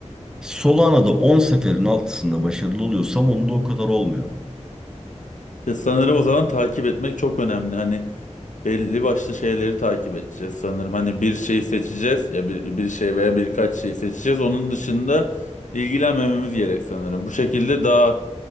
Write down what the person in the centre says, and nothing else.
Solana'da 10 seferin altısında başarılı oluyorsam onda o kadar olmuyor.